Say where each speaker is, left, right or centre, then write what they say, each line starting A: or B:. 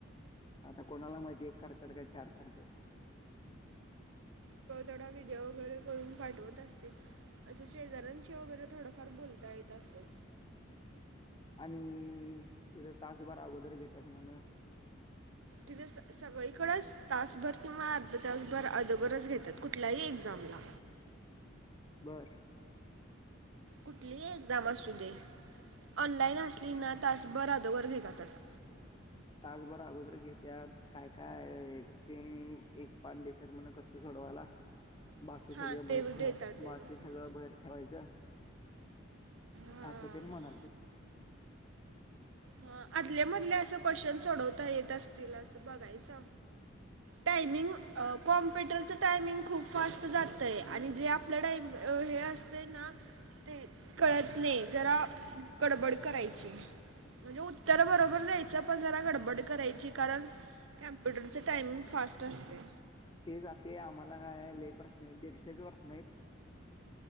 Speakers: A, on the left; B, on the right.
A: आता कोणाला मध्ये एक करतात का चार करतात.
B: कै तेडा व्हिडिओ वगैरे करून पाठवत असतील. असं शेजार्यांशी वगैरे थोडंफार बोलता येत असं
A: आणि तिचा तासभर अगोदर घेतात म्हण.
B: तिथे सगळीकडेच तासभर किंवा अर्ध तासभर अदोबरच घेतात कुठल्याही एक्झामला
A: बरं
B: कुठलीही एक्झाम असू दे ऑनलाईन असली ना तास बर अधवरर घेतात त्याचा
A: तासभर अगोदर घेत्यात काय काय पेन एक पान देतात म्हण कसत सोडवायला. बाकी सगळ
B: हां ते
A: बाहेर ठेवा
B: देतात देतात
A: बाकीच.. सगळ भहेर ठेवायच
B: हां
A: अस ते म्हणाले.
B: ह आदल्या मधले अस क्वेशन सोडवता येत असतील अस बघायच. टायमिंग. कॉम्प्युटरच टायमिंग खूप फास्ट जातय आणि जे आपल टडाईम हे असत. ते ना ते कळत नाही जरा गडबड करायची. म्हणजे उत्तर बरोबर जायचं पण जरा गडबड करायची कारण स्पुटरचं टायमिंग फास्ट असते.
A: ते जाते आम्हाला काय प्रश्न आहे दीडशेच वर्ष नाहीत.